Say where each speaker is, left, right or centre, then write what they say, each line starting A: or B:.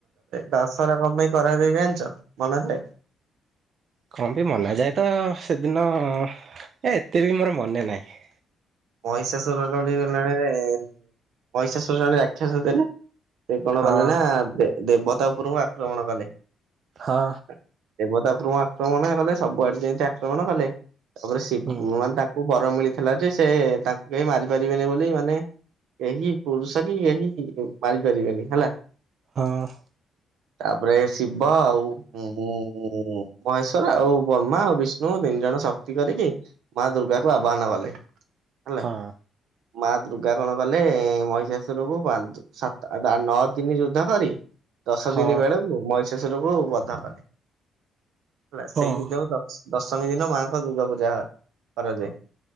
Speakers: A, on the right; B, on the right.
A: ଦଶହରା କଣ ପାଇଁ କରାଯାଏ ଜାଣିଛ ମନାଯାଏ।
B: କଣ ବି ମନାଯାଏ ତ ସେଦିନ ଏ ଏତେ ବି ମୋର ମନେ ନାହିଁ।
A: ମହିଷାଶୁରର ଗଲାଣି ମହିଷାଶୁର ରାକ୍ଷାସ ଜାଣିନୁ? ସେ କଣ
B: ହଁ
A: କଲେ ନା ଦେବତା ଉପରଙ୍କୁ ଆକ୍ରମଣ କଲେ।
B: ହଁ
A: <inaudible> ଦେବତା ଉପରୁ ଆକ୍ରମଣ କଲେ ସବୁଆଡେ ସେମିତି ଆକ୍ରମଣ କଲେ। ତାପରେ ଶିବ
B: ହୁଁ
A: ମାନେ ତାଙ୍କୁ ବର ମିଳିଥିଲା ଯେ ସେ ତାଙ୍କୁ କେହି ମାରି ପାରିବେନି ବୋଲି ମାନେ କେହି ପୁରୁଷନ କେହି ମାରିପାରିବେନି ହେଲା।
B: ହଁ।
A: ତାପରେ ଶିବ ଆଉ ଉ ଉ ମହେଶ୍ଵର ଆଉ ବର୍ମା ଆଉ ବିଷ୍ଣୁ ଦେଇ ତିନି ଜଣ ଶକ୍ତି କରିକି ମା ଦୁର୍ଗାକୁ ଆବାହନ କଲେ। ହେଲା।
B: ହଁ।
A: ମା ଦୁର୍ଗା କଣ କଲେ। ମହିଷାଶୁର ପାଞ୍ଚ ସାତ ଆ ନଅ ଦିନ ଯୁଦ୍ଧ କରିକି ଦଶ
B: ହଁ
A: ଦିନ ବେଳକୁ ମହିଷାସୁରକୁ ବଧ କଲେ। ହେଲା,
B: ହଁ
A: ସେଇଥି ଯଉ ଦଶମୀ ଦିନ ମାଙ୍କ ଦୁର୍ଗା ପୂଜା କରାଯାଏ।